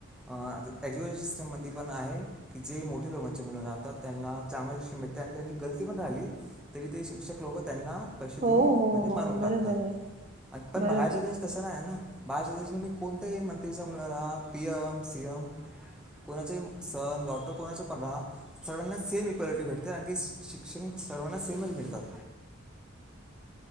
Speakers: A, in the centre; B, on the right (about 35°).
A: अ एज्युकेश सिस्टीम मध्ये पणआहे की जे मोठे लोकांचे मुलं राहतात त्यांना चांगला त्यांची त्यांची गलती पण राहिल तरी ते शिक्षक लोक त्यांना पैसे
B: हो,
A: देऊन
B: हो,
A: म्हणजे
B: हो.
A: मारून
B: बरोबर
A: टाकतात
B: आहे.
A: पण
B: बरोबर.
A: बाहेरचे देश तसं नाही आहे ना. बाहेच्या देश मी कोणत्याही मंत्रीच्या मुलाला पी एम सी एम कोणाचे सण डॉक्टर कोणाच्या प राहा सगळ्यांना सेम इक्वेलिटी भेटते कारण की शिक्षण सर्वांना सेमच मिळतात.